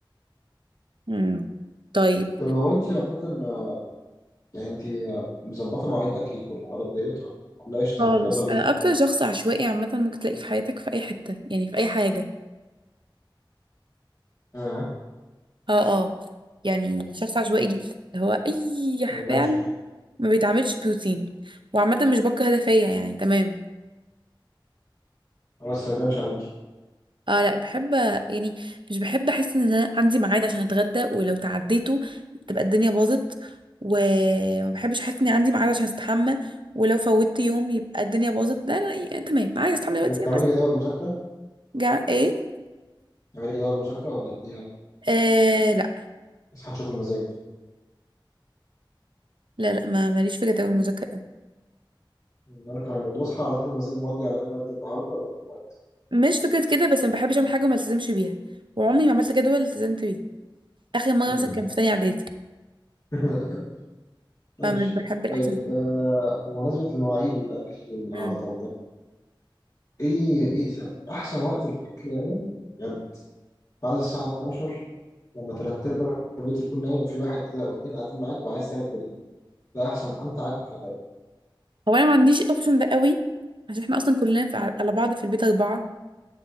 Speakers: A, on the right; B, on the left.
A: امم طيب
B: طب هو انت عامه آه، يعني انت آه، مظبطه مواعيد اكلك والحوارات ديت ولا ولا قشطه
A: خالص
B: يلا بينا
A: انا اكتر شخص عشوائي عامه ممكن تلاقيه في حياتك في اي حته يعني في اي حاجه
B: اه
A: اه اه يعني شخص عشوائي جدا اللي هو اي
B: ما يبانش
A: فعل
B: يعني
A: ما بيتعملش بروتين وعامه مش بكره ده فيا يعني تمام
B: آه، بس ما يبانش عليكي
A: اه لا بحب يعني مش بحب احس ان انا عندي ميعاد عشان اتغدى ولو تعديته تبقى الدنيا باظت وما بحبش احس اني عندي ميعاد عشان استحمى ولو فوتت يوم يبقى الدنيا باظت ده انا يعني تمام عايز استحمى دلوقتي
B: طب وبتعملي
A: خلاص
B: جدول مذاكره
A: جع ايه
B: بتعملي جدول مذاكره ولا اديها
A: آه لا
B: اصحى نشوف المزاج
A: لا لا ما ماليش في جدول المذاكره أوي.
B: إن انا كان الموضوع اصحى اشوف المزاج مودي على اي ماده النهارده ومودي.
A: مش فكره كده بس ما بحبش اعمل حاجه وما التزمش بيها وعمري ما عملت جدول التزمت بيه اخر مره
B: مم.
A: مثلا كان في تانية اعدادي
B: <laughs> ماشي
A: فمش بحب الاحساس
B: طيب
A: ده
B: آه، بمناسبة المواعيد والأكل والهرطل
A: مم.
B: ده إيه إيه يسحب؟ أحسن وقت للأكل دايما بجد بعد الساعة 12 لما تلات أرباع البيت يكون نايم وفي واحد كده أو اتنين قاعدين معاك وعايز تعمل جريمة ده أحسن أمتع أكل في الحياة
A: هو انا ما عنديش الاوبشن ده قوي عشان احنا اصلا كلنا في على بعض في البيت اربعه